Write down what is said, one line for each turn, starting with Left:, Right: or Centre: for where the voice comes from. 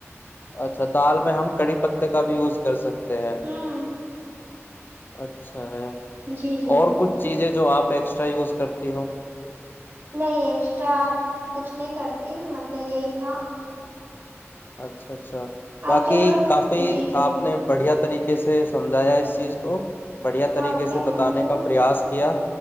Left: اچھا دال میں ہم کڑی پتے کا بھی یوز کر سکتے ہیں
Right: ہوں
Left: اچھا اچھا ہے
Right: جی جی
Left: اور کچھ چیزیں جو آپ ٹیکسٹا یوز کرتی ہو
Right: نہیں ایکسٹرا اپ کچھ نہیں کرتی مطلب یہی تھا
Left: اچھا اچھا اچھا باقی
Right: آپ ضرور
Left: کافی
Right: جی جی
Left: آپ نے بڑھیا طریقے سے سمجھایا اس چیز کو بڑھیا طریقے
Right: اوکے
Left: سے
Right: تھینک
Left: بتانے
Right: یو
Left: کا پریاس کیا